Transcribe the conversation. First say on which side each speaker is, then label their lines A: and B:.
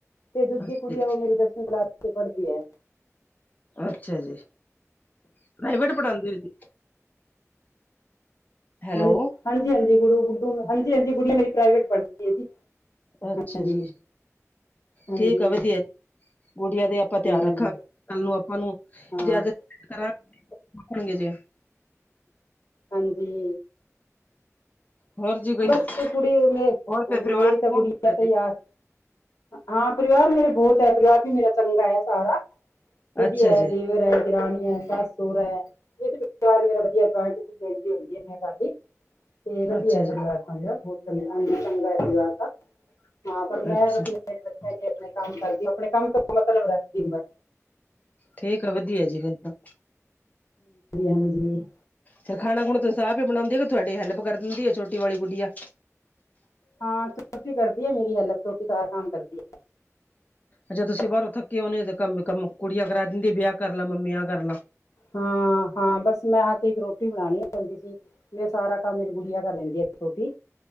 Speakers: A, on the left (about 80°); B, on the left (about 30°).
A: ਤੇ ਦੂਜੀ
B: ਅੱਛਾ
A: ਕੁੜੀ ਆ, ਉਹ ਮੇਰੀ ਦਸਵੀਂ ਕਲਾਸ 'ਚ ਪੜ੍ਹਦੀ ਹੈ।
B: ਅੱਛਾ ਜੀ, ਪ੍ਰਾਈਵੇਟ ਪੜ੍ਹਾਉਂਦੇ ਜੀ। ਹੈਲੋ।
A: ਹ ਹਾਂਜੀ ਹਾਂਜੀ ਗੂ ਗੁੂ ਹਾਂਜੀ ਹਾਂਜੀ ਗੁੜੀਆਂ ਮੇਰੀ ਪ੍ਰਾਈਵੇਟ ਪੜ੍ਹਦੀ ਹੈ ਜੀ।
B: ਅੱਛਾ
A: ਹਾਂਜੀ
B: ਜੀ,
A: ਹਾਂਜੀ
B: ਠੀਕ ਆ। ਵਧੀਆ ਜੀ, ਗੁੜੀਆਂ ਦਾ ਆਪਾਂ
A: ਹਮ,
B: ਧਿਆਨ ਰੱਖਾਂਗੇ। ਗੱਲ ਨੂੰ ਆਪਾਂ ਨੂੰ
A: ਹਾਂ
B: ਜੇ ਅੱਜ ਕਰਾਂਗੇਣਗੇ ਜੇ।
A: ਹਾਂਜੀ।
B: ਹੋਰ ਜੀ ਕੋਈ
A: ਬਸ ਕੁੜੀ ਮੇ ਹਾਂਜੀ,
B: ਹੋਰ ਪਰਿਵਾਰ
A: ਮੇਰੀ
B: ਚ
A: ਤਾਂ
B: ਕੌਣ
A: ਕੁੜੀ ਆ ਤੇ
B: ਜੀ?
A: ਆਸ। ਹਾਂ, ਪਰਿਵਾਰ ਮੇਰਾ ਬਹੁਤ ਹੈ। ਪਰਿਵਾਰ ਵੀ ਮੇਰਾ ਚੰਗਾ ਹੈ, ਸਾਰਾ ਵਧੀਆ
B: ਅੱਛਾ
A: ਹੈ।
B: ਜੀ,
A: ਦੇਵਰ ਹੈ। ਰਾਣੀ ਹੈ ਸਸ ਸੁਰ ਹੈ ਇਹ ਵਧੀਆ ਖੇ ਹੁੰਦੀ ਸਾਡੀ ਤੇ ਵਧੀਆ
B: ਅੱਛਾ
A: ਹੈ
B: ਜੀ,
A: ਪਰਿਵਾਰ ਸਾਾ ਬਹੁਤ ਚੰ ਚੰਗਾ ਹੈ ਪਰਿਵਾਰ ਹਾਂ ਪਰ ਮੈਂ
B: ਅੱਛਾ।
A: ਬਸ ਰੱਖਿਆ ਜ ਆਪਣੇ ਕੰਮ ਕਰਦੀ ਆਪਣੇ ਕੰਮ ਤੋਂ ਮਤਲਬ ਹਾਂਜੀ-
B: ਠੀਕ ਆ ਵਧੀਆ ਜੀ ਫਿਰ ਤਾਂ,
A: ਹਾਂਜੀ।
B: ਫਿਰ ਖਾਣਾ ਹੁਣ ਤਾਂਸੀਂਾਹ ਹੀ ਬਣਾਉਂਦੀ ਕਿ ਤੁਹਾਡੀ ਹੈਲਪ ਕਰ ਦਿੰਦੀ ਆ ਛੋਟੀ ਵਾਲੀ ਗੁੜਿਆ।
A: ਹਾਂ ਚੋਟੀ ਕਰਦੀ ਹੈ ਮੇਰੀ ਹੈਲਪ ਛੋਟੀ ਸਾਰਾ ਕੰਮ ਕਰਦੀ ਹੈ।
B: ਅੱਛਾ ਤੁਸੀਂ ਬਾਹਰੋਂ ਥੱਕੇ ਆਉਂਣੇ ਹੋ ਕੰਮ ਕੰਮ ਕੁੜੀਆਂ ਕਰਾ ਦਿੰਦੀ ਵਿਆਹ ਕਰ ਲ ਮੰਮੀਆਂ ਕਰ ਲਾਂ
A: ਹਾਂ- ਹਾਂ ਬਸ ਮੈਂ ਆ ਕੇ ਇੱਕ ਰੋਟੀ ਬਣਾਉਣੀ ਪੈਂਦੀ ਸੀ ਮੈਂ ਸਾਰਾ ਮੇਰੀ ਗੁੜਿਆ ਕਰ ਲੈਂਦੀ ਆ ਛੋਟੀ।